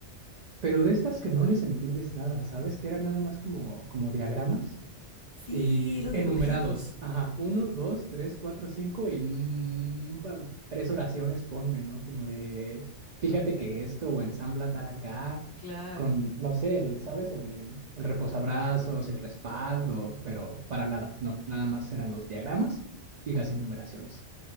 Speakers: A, on the right (about 55°); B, on the left (about 25°).
A: Pero de estas que no les entiendes nada, ¿sabes? Que eran nada más como, como diagramas.
B: Sí,
A: Y
B: los dibujitos.
A: enumerados. Ajá, uno, dos, tres, cuatro, cinco y mm, pa- tres oraciones ponme, ¿no? Como de, fíjate que esto o ensambla tal acá,
B: Claro.
A: con, no sé, el- ¿sabes? El, el reposabrazos, el respaldo, pero para nada, no, nada más eran los diagramas y las enumeraciones.